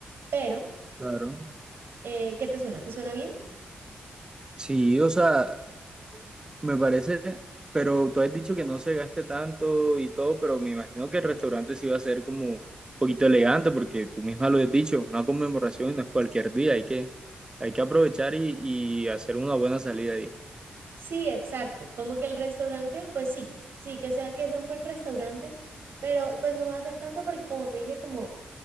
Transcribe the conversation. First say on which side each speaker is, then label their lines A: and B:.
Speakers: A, on the right (about 75°); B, on the right (about 20°).
A: pero,
B: Claro.
A: eh, ¿qué te suena? ¿Te suena bien?
B: Sí, o sea, me parece, pero tú has dicho que no se gaste tanto y todo, pero me imagino que el restaurante sí va a ser como un poquito elegante, porque tú misma lo has dicho, es una conmemoración y no es cualquier día, hay que, hay que aprovechar y, y hacer una buena salida ahí.
A: Sí, exacto. Como que el restaurante, pues sí, sí, que sea, que sea un buen restaurante, pero pues no va a ser tanto porque como te dije, como